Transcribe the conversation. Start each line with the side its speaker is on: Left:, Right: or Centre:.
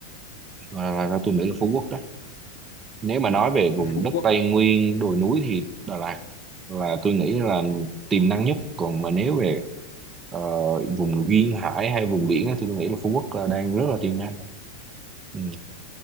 Right: là, là, là tôi nghĩ là Phú Quốc đó. Nếu mà nói về vùng
Left: Ôi, Phú
Right: đất
Left: Quốc,
Right: Tây Nguyên, đồi núi thì Đà Lạt là tôi nghĩ là tiềm năng nhất. Còn mà nếu về ờ, vùng duyên hải hay vùng biển á, thì tôi nghĩ là Phú Quốc là đang rất là tiềm năng. Ừ.